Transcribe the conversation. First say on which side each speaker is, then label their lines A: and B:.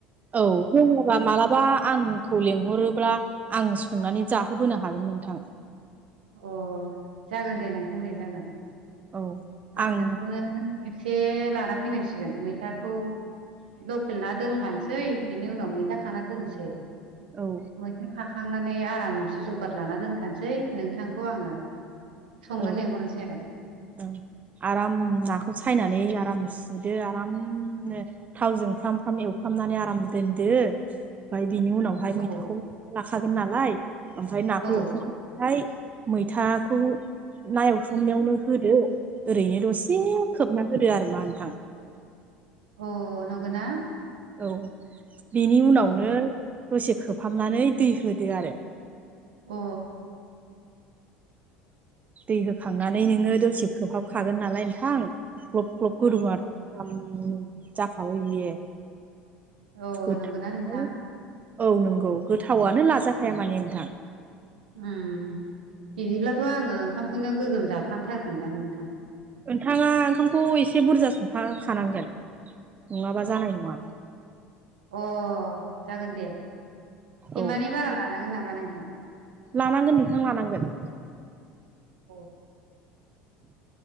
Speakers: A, on the right; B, on the right.
A: औ दङोब्ला मालाबा आंखौ लेंहरोब्ला आं संनानै जाहोबोनो हागोन नोंथां।
B: अ जागोन दे नोंथां दे जागोन
A: औ
B: आङो
A: आं
B: नोंखौनो खेबसे लाना फैनांसिगोन मैथाखौ लकेल ना दोनखानोसै बिनि उनाव मैथा खाना दोनसै।
A: औ
B: मैथा खाखांनानै आरामसे जगार लाना दोनखानोसै। नोंथांखौ आङो संनो
A: औ
B: लेंहरनोसै आरो
A: औ आराम नाखौ सायनानै आराम सुदो आरामनो थावजों फ्राम फ्राम एवफ्रामनानै आराम दोनदो ओमफाय बिनि उनावहाय मैथाखौ
B: औ
A: लाखागोन नालाय ओमफाय नाखौ
B: औ
A: एवथ्रमखांबाथाय मैथाखौ ना एवथ्रमनायावनो होदो ओरैनो दसे खोबना दोन दो‌ आरोमा नोंथां।
B: अ नंगोना।
A: औ बेनि उनावनो दसे खोबहाबनानै दै होदो आरो।
B: अ
A: दै होखांनानै नोङो दसे खोबहाब खागोन नालाय नोंथां ग्लप ग्लप गोथौ हो आरो आराम थाबै बियो
B: औ
A: गोथाव
B: नंगौना नोंथां
A: औ नंगौ गोथावआनो लाजाखाया माने नोंथां।
B: उम बिदिब्लाथ' आङो ओंखामखौनो गोगोम जाफ्लांथारगोनदां नोंथां।
A: नोंथाङा ओंखामखौ एसे बुरजा संफाखानांगोन। नङाबा जानाय नङा।
B: अ जागोन दे तेमानि
A: औ
B: बारा लानांगोन नामा नोंथां?
A: लानांगोन नोंथां लानांगोन।
B: अ